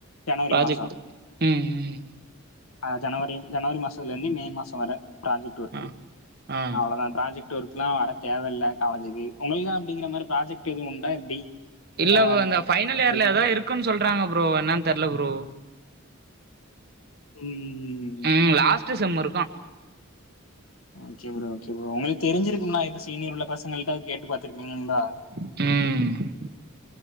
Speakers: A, on the left; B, on the right.
A: ஜனவரி
B: ப்ராஜெக்ட்
A: மாசோ
B: ம் ம்
A: ஆ ஜனவரி ஜனவரி மாசத்துல இருந்து மே மாசோ வர புராஜெக்ட்டு ஒர்க்கு
B: ஆ ஆ
A: அவ்ளோதா புராஜெக்ட் ஒர்க்ல்லா வர தேவயில்ல காலேஜ்க்கு உங்ளுக்கெல்ல அப்டிங்ற மாரி புராஜெக்ட் எது உண்டா எப்டி உங்க
B: இல்ல ப்ரோ இந்த ஃபைனல் இயர்ல
A: எப்டிதா
B: ஏதாதோ இருக்குன் சொல்றாங்க ப்ரோ என்னான் தெர்ல ப்ரோ
A: ம் ம் ம்
B: ம் லாஸ்ட்டு செம்மு இருக்கும்
A: ஓகே ப்ரோ ஓகே ப்ரோ உங்களுக்கு தெரிஞ்சிருக்கும்ளா இப்ப சீனியர் உள்ள பசங்கள்ட கேட்டு பாத்துருப்பீங்கள்லா
B: ம்